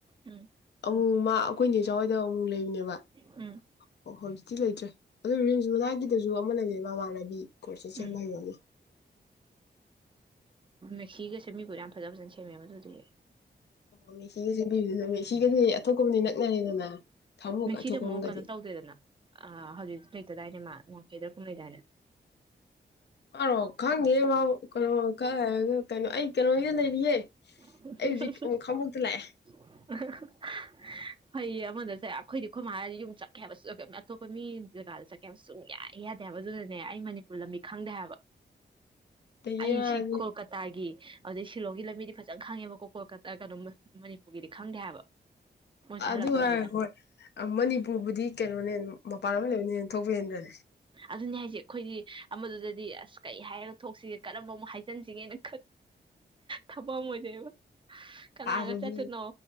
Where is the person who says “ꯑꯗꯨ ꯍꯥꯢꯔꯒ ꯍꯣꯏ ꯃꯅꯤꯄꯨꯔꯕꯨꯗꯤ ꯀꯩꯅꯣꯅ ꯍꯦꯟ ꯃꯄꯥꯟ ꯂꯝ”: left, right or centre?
Left